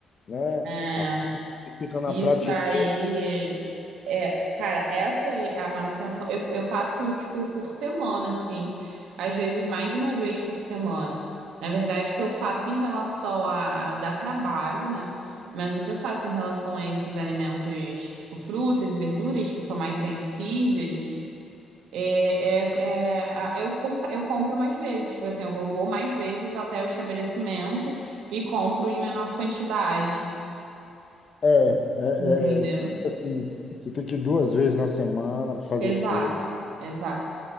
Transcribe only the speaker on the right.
é
isso
aí. É, cara, essa é a manutenção. Eu, eu faço, tipo, por semana, assim. Às vezes mais de uma vez por semana. Na verdade, o que eu faço em relação a, a dar trabalho, né? Mas o que eu faço em relação a esses alimentos, tipo, frutas e verduras, que são mais sensíveis, é, é, é, a- eu, comp- eu compro mais vezes. Tipo assim, eu vou, vou mais vezes até o estabelecimento e compro em menor quantidade,
entendeu?
Exato,
exato,